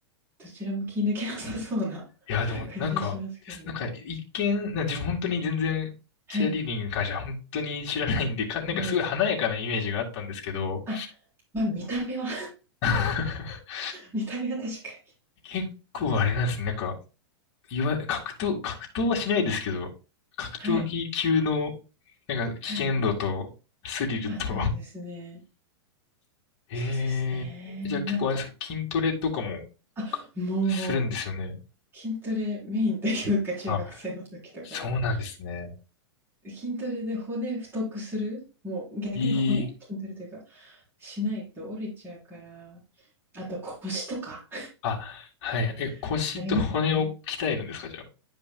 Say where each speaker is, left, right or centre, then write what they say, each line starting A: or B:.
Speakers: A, on the right; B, on the left.
A: どちらも気抜けなさそうな
B: いや、
A: <laughs>
B: でも、
A: 感じはしますけど。
B: なんか、なんか、一見、なんか自分本当に全然、
A: はい。
B: チアリーディングに関しては本当に知らないんで、か、
A: そうなんですけど。
B: なんかすごい華やかなイメージがあったんですけど、
A: あ、まあ見た目は
B: <laughs>
A: <laughs> 見た目は確かに。
B: 結構あれなんですね。なんか、いわ、格闘、格闘はしないですけど、格闘技級の、
A: はい。
B: なんか危険度と、
A: はい。
B: スリルと、
A: あ、そうですね。
B: <laughs> えー、
A: そうですね。
B: じゃあ結構あれですか、
A: なんか、
B: 筋トレとかも
A: あ、
B: かするんですよね。
A: もうもう、筋トレメインというか、中学生の時とかは、
B: あ、そうなんですね。
A: 筋トレで骨太くする、もう逆に骨筋トレというか、
B: いい。
A: しないと折れちゃうから、あと腰とか
B: あ、はい。え、
A: <laughs>
B: 腰と骨を鍛えるんですか、
A: ありますよね。
B: じゃ